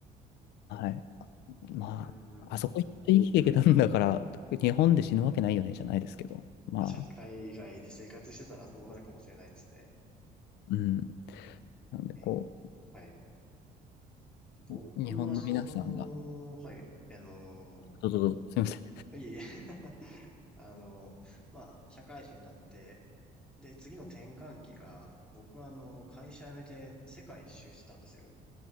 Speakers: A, on the left; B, in the centre.
A: はい。
B: うーん、
A: まあ、
B: うんうんうん
A: あそこ行って生きていけたんだから、日本で死ぬわけないよね、じゃないですけど。まあ、
B: 確かに海外で生活してたらそうなるかもしれないですね。
A: うん。なんで、
B: えーはい。
A: こ
B: 僕はその、
A: う、日本の皆さんが、
B: はい、あの、
A: どうぞどうぞ、すみません。
B: いえいえ <laughs> あの、まあ、社会人になって、で、次の転換期が、僕はあの、会社辞めて世界一周してたんですよ。